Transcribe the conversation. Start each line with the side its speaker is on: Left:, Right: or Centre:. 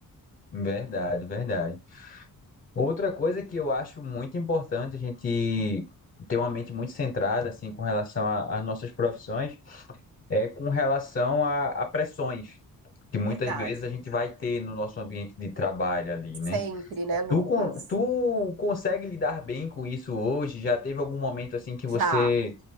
Left: Verdade, verdade. Outra coisa que eu acho muito importante a gente ter uma mente muito centrada, assim, com relação a- às nossas profissões, é com relação a, a pressões que muitas
Right: Verdade.
Left: vezes a gente vai ter no nosso ambiente de trabalho ali, né?
Right: Sempre, né, Lucas?
Left: Tu, con- tu consegue lidar bem com isso hoje? Já teve algum momento, assim, que
Right: Já,
Left: você